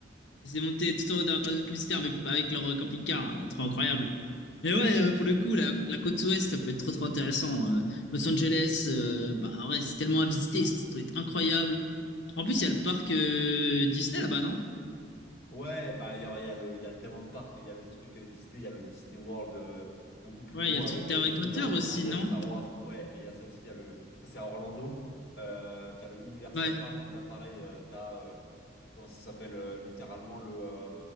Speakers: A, on the left; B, on the left.
A: Ils s'est montés tout en haut dans la passe publicitaire, mais avec leur euh, camping-car. euh, Trop incroyable. Mais ouais, euh, pour le coup, la, la côte ouest, ça peut être trop trop intéressant. Euh, Los Angeles, euh, bah ouais, c'est tellement à visiter, ça doit être incroyable. En plus, il y a le parc euh, Disney là-bas, non?
B: Ouais, bah il y a, il y a le, il y a tellement de parcs, il y a le truc euh, Disney, il y a le Disney World euh, beaucoup plus
A: Ouais,
B: gros
A: il y a le
B: avec
A: truc d'Harry
B: euh, tout
A: Potter
B: un
A: aussi,
B: monde
A: non?
B: euh, Star Wars et tout. Ouais, et il y a ça aussi, il y a le, ça c'est à Orlando. Euh, t'as le Universal
A: Ouais.
B: Park où là pareil, tu t'as euh, comment ça s'appelle euh, littéralement le, euh,